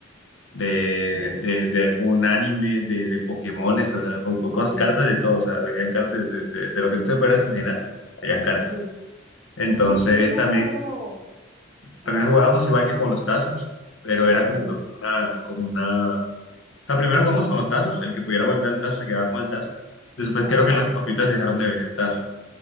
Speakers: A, on the left; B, on the right.
A: de,
B: ¿De,
A: de,
B: de
A: de
B: qué?
A: algún anime, de, de Pokémones,
B: Sí,
A: o sea, con co- cosas,
B: sí,
A: cartas
B: sí, sí.
A: de todo, o sea, habían cartas de, de- de lo que tú te puedas imaginar, habían cartas.
B: Sí,
A: Entonces
B: sí, sí, sí, me
A: también,
B: acuerdo.
A: también
B: Ajá, dime.
A: jugábamos igual que con los tazos, pero era como
B: Ujú.
A: que como una, como una, o sea, primero jugamos con los tazos, el que pudiera volver el tazo se quedaba con el tazo, después
B: Ajá,
A: creo que en las papitas dejaron de venir tazos,